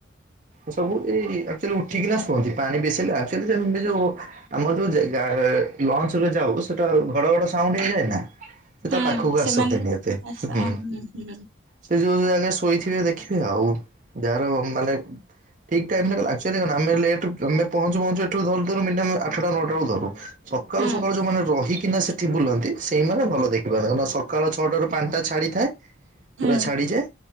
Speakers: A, on the right; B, on the right.
A: ସବୁ ଏଇ ଆକ୍ଚୁଆଲି ଉଠିକିନା ଶୁଅନ୍ତି, ପାଣି ବେଶି ହେଲେ ଆକ୍ଚୁଆଲି ମେ ଏ ଯୋଉ ଆମର ଯୋଉ ଯା ଗା ଲଞ୍ଚରେ ଯାଉ ସେଟା ଘଡ ଘଡ ସାଉଣ୍ଡ ହେଇଯାଏ ନା। ସେ
B: ହୁଁ
A: ତା ପାଖକୁ ଆସନ୍ତିନି
B: ସେମାନେ
A: ଏତେ
B: ଆଚ୍ଛା
A: ହୁଁ।
B: ହୁଁ
A: ସେ ଯୋଉ ଯୋଉ ଜାଗେ ଶୋଇଥିବେ ଦେଖିବେ ଆଉ ଯାହାର ମାନେ ଠିକ୍ ଟାଇମ ରେ ଗଲେ ଆକ୍ଚୁଆଲି କଣ ଆମେ ଲେଟ ରେ ଉଠ ତମେ ପହଞ୍ଚୁ ପହଞ୍ଚୁ ଏଠୁ ଧରୁ ଧରୁ ମିନିମମ ଆଠଟା ନ ଟା ରୁ ଧରୁ ସକାଳୁ
B: ହୁଁ
A: ସକାଳୁ ଯୋଉମାନେ ରହିକି ନା ସେଠ ଏ ବୁଲନ୍ତି ସେଇମାନେ ଭଲ ଦେଖିପାରନ୍ତି ସକାଳ ଛଅଟାରୁ ପାଣି ଟା ଛାଡ଼ିଥାଏ।
B: ହୁଁ।
A: ପୁରା ଛାଡିଯାଏ